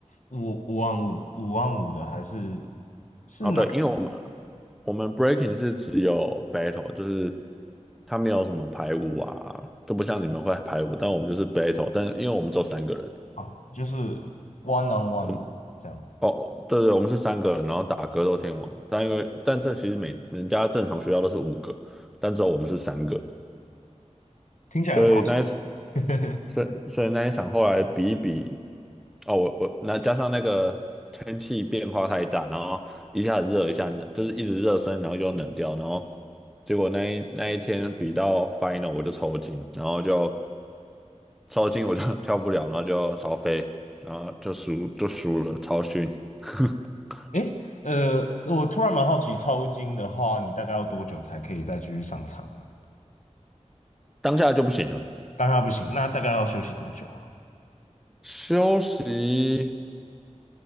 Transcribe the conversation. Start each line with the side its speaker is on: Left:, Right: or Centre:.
Left: 五五万五五万五的，还是是哪一个
Centre: 哦，对，因为我们我们 breaking 是只有 battle，就是它没有什么排舞啊，就不像你们会排舞，但我们就是 battle，但是因为我们只有三个人，
Left: 啊？就是 one on one
Centre: 我们
Left: 这样子，
Centre: 哦，对对，我们是三个人，然后打格斗天王，但因为但这其实每人家正常学校都是五个，但只有我们是三个，
Left: 听起来超。
Centre: 所以那一次
Left: <laughs>
Centre: 所以所以那一场后来比一比，哦，我我那加上那个天气变化太大，然后一下子热一下冷，就是一直热身，然后就冷掉，然后结果那一那一天比到 final 我就抽筋，然后就抽筋我就 <laughs> 跳不了，然后就超飞，然后就输就输了，超逊，<laughs>
Left: 诶，呃，我突然蛮好奇，抽筋的话，你大概要多久才可以再继续上场啊？
Centre: 当下就不行了，
Left: 当然不行，那大概要休息多久啊？
Centre: 休息。